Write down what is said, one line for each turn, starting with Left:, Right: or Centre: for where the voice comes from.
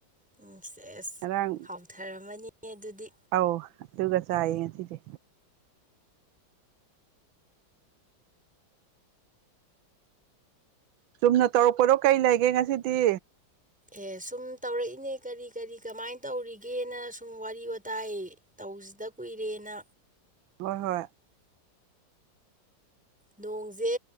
Centre: ꯎꯝ ꯁꯦ ꯑꯦꯁ
Right: ꯉꯔꯥꯡ
Centre: ꯍꯥꯎꯊꯔꯝꯃꯅꯤ ꯑꯗꯨꯗꯤ
Right: ꯑꯧ ꯑꯗꯨꯒ ꯆꯥꯏꯌꯦ ꯉꯁꯤꯁꯦ ꯆꯨꯝꯅ ꯇꯧꯔꯛꯄꯗꯣ ꯀꯔꯤ ꯂꯩꯒꯦ ꯉꯁꯤꯗꯤ
Centre: ꯑꯦ ꯁꯨꯝ ꯇꯧꯔꯛꯏꯅꯦ ꯀꯔꯤ ꯀꯔꯤ ꯀꯃꯥꯏꯅ ꯇꯧꯔꯤꯒꯦꯅ ꯁꯨꯝ ꯋꯥꯔꯤ ꯋꯥꯇꯥꯏ ꯇꯧ ꯍꯧꯁꯤꯗ ꯀꯨꯏꯔꯦꯅ
Right: ꯍꯣꯏ ꯍꯣꯏ
Centre: ꯅꯣꯡꯁꯦ